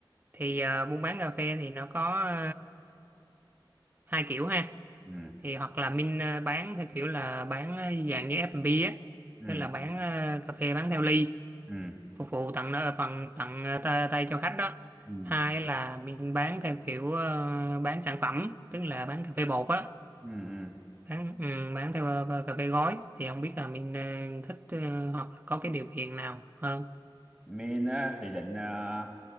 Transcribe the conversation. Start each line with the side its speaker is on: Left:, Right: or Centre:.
Right: thì ờ, buôn bán cà phê thì nó có ờ, hai kiểu ha.
Centre: ừ
Right: Thì hoặc là mình ờ, bán theo kiểu là bán ờ, dạng như F&B á,
Centre: ừ
Right: tức là bán ờ, cà phê bán theo ly,
Centre: ừ
Right: phục vụ tặng nó phần tặng ờ, ta- tay cho khách đó.
Centre: ừ
Right: Hai là mình bán theo kiểu ờ, bán sản phẩm, tức là bán cà phê bột á,
Centre: ừ ừ.
Right: bán ừ, bán theo ờ, cà phê gói. Thì không biết là mình ờ, thích ờ, hoặc là có cái điều kiện nào hơn.
Centre: Min á thì định ờ,